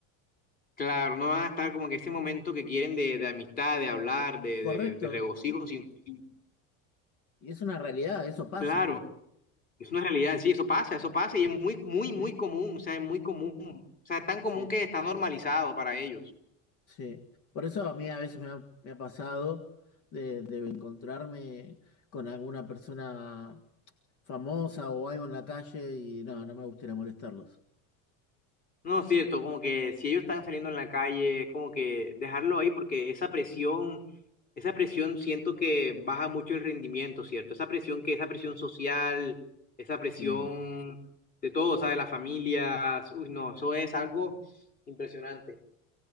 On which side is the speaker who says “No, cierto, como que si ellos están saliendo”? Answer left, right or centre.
Left